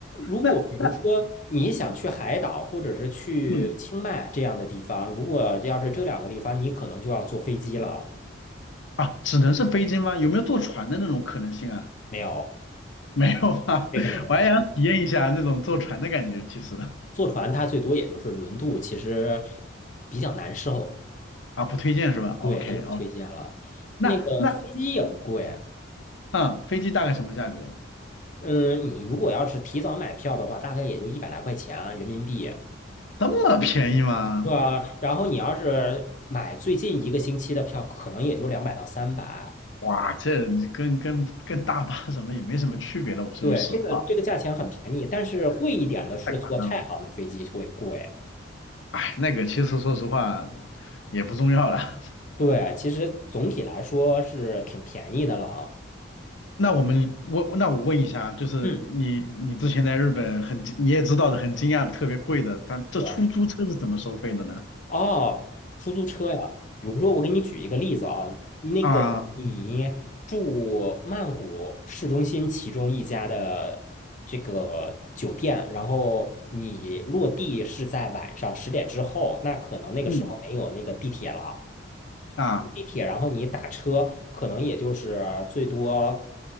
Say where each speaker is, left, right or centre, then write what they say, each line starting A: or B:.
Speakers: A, on the left; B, on the left.
A: 如果比如说你想去海岛，
B: 那那
A: 或者是去清迈这样的地方，
B: 嗯
A: 如果要是这两个地方，你可能就要坐飞机了，
B: 啊，只能是飞机吗？有没有坐船的那种可能性啊？
A: 没有，
B: <laughs> 没有吧？
A: 这个没有，
B: <laughs> 我还想体验一下那种坐船的感觉，其实
A: 坐船它最多也就是轮渡，其实比较难受。
B: 啊，不推荐是吧？OK
A: 对，就不推荐了。
B: OK，那那
A: 那个飞机也不贵，
B: 嗯，飞机大概什么价格？
A: 嗯，你如果要是提早买票的话，大概也就一百来块钱人民币。
B: 这么便宜吗？
A: 对啊，然后你要是买最近一个星期的票，可能也就两百到三百。
B: 哇，这跟跟跟大巴什么也没什么区别了。我说句实话，
A: 对，这个这个价钱很便宜，但是贵一点的是坐太行的飞机会贵。
B: 太夸张了。哎，那个其实说实话也不重要了。<laughs>
A: 对，其实总体来说是挺便宜的了。
B: 那我们我那我问一下，就是你你之前在日本很惊你也知道的很惊讶的特别贵的，
A: 嗯，
B: 咱这出租车是怎么收费的呢？
A: 对啊，哦，出租车呀，比如说我给你举一个例子啊，那个你住曼谷市中心其中一家的这个酒店，
B: 啊，
A: 然后你落地是在晚上十点之后，那可能那个时候没有那个地铁了，
B: 嗯啊。
A: 地铁，然后你打车，可能也就是最多